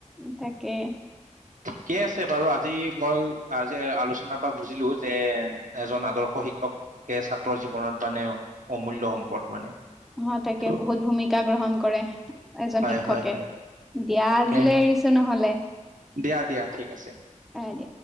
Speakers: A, in the centre; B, on the right.
A: তাকে,।
B: ঠিকে আছে বাৰু আজি মই আজি আলোচনাৰ পৰা বুজিলো যে এজন আদৰ্শ শিক্ষকে ছাত্ৰৰ জীৱনত মানে অমূল্য় সম্পদ'। মানে
A: অ' তাকে
B: ত'
A: বহুত ভূমিকা গ্ৰহণ কৰে এজন
B: হয়
A: শিক্ষকে
B: হয় হয়
A: দিয়া
B: তাকে
A: আজিলে এৰিছো নহলে,
B: দিয়া দিয়া ঠিক আছে।
A: এ দিয়া।